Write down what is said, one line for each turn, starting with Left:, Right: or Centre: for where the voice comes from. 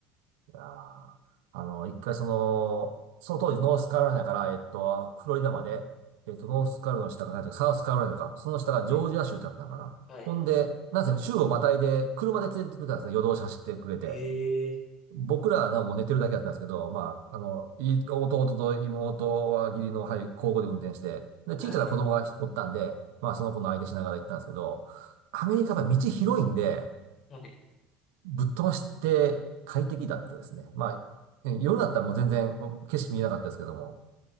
Right: いやーあの、一回その、その当時ノースカロライナから、えっと、フロリダまで、
Left: はい
Right: えっと、ノースカロライナの下が何ていうか、サウスカロライナか、その下がジョージア州ってあったのかな。
Left: はい。はい。
Right: ほんで、なんせ州をまたいで、車で連れてってくれたんですね。夜通し走ってくれて。
Left: ええ
Right: 僕らはなもう寝てるだけだったんですけど、まあ、あの、い弟と妹は義理の、はい、交互で運転して、で、小さな子供がおったんで、
Left: はい。
Right: まあ、その子の相手しながら行ったんですけど、アメリカは道広いんで、
Left: はい。
Right: ぶっ飛ばして快適だったですね。まあ、ね夜だったらもう全然景色見えなかったですけども。